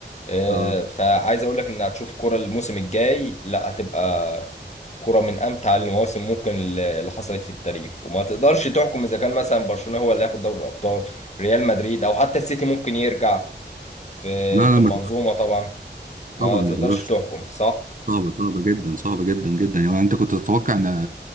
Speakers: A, on the left; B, on the right.
A: آه،
B: اه
A: فعايز اقول لك ان هتشوف كرة الموسم الجاي لا هتبقى كرة من أمتع المواسم ممكن اللي حصلت في التاريخ وما تقدرش تحكم إذا كان مثلا برشلونة هو اللي هياخد دوري الأبطال ريال مدريد أو حتى السيتي ممكن يرجع في
B: لا
A: في
B: لا
A: المنظومة
B: ما تقدرش-
A: طبعا ما
B: طبعا ما
A: تقدرش
B: تقدرش
A: تحكم صح؟
B: صعبة صعبة جدا صعبة جدا جدا يعني انت كنت تتوقع ان